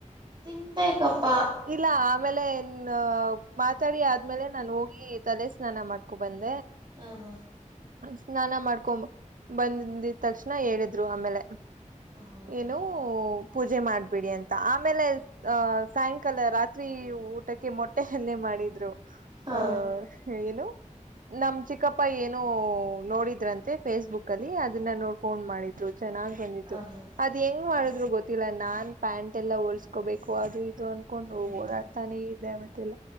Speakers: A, on the right (about 35°); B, on the right (about 90°).
A: ತಿನ್ಬೇಕಪ್ಪಾ
B: ಇಲ್ಲ ಆಮೇಲೆನ್ ಮಾತಾಡಿ ಆದ್ಮೇಲೆ ನಾನು ಹೋಗಿ ತಲೆ ಸ್ನಾನ ಮಾಡ್ಕೊ ಬಂದ
A: ಹ ಹಾ
B: ಸ್ನಾನ ಮಾಡ್ಕೊ ಬಂದಂದಿದ ತಕ್ಷಣ ಹೇಳಿದ್ರು ಆಮೇಲೆ
A: ಹೌದಾ
B: ಏನು ಪೂಜೆ ಮಾಡ್ಬಿಡಿ ಅಂತ ಆಮೇಲೆ ಅಹ ಸಾಯಂಕಾಲ ರಾತ್ರಿ ಊಟಕ್ಕೆ ಮೊಟ್ಟೆ ಅಲ್ಲೆ ಮಾಡಿದ್ರು
A: ಹಾ
B: ಆಹ ಏನು <inaudible> ನಮ್ ಚಿಕ್ಕಪ್ಪ ಏನು ನೋಡಿದ್ರಂತೆ ಫೇಸ್ಬುಕ್ ಅಲ್ಲಿ ಅದನ್ನ ನೋಡ್ಕೊಂಡ್ ಮಾಡಿದ್ರು ಚೆನ್ನಾಗ್ ಬಂದಿತ್ತು
A: ಹ ಹಾ
B: ಅದ್ ಹೆಂಗ್
A: ಹೌದಾ
B: ಮಾಡಿದ್ರು ಗೊತ್ತಿಲ್ಲ ನಾನ್ ಪ್ಯಾಂಟ್ ಎಲ್ಲ ಹೊಲ್ಸ್ಕೋಬೇಕು ಅದು ಇದು ಅನ್ಕೊಂಡು
A: ಹ್ಮ್ ಹ್ಮ್
B: ಓಡಾಡ್ತಾನೆ ಇದೆ ಅವತ್ತೆಲ್ಲ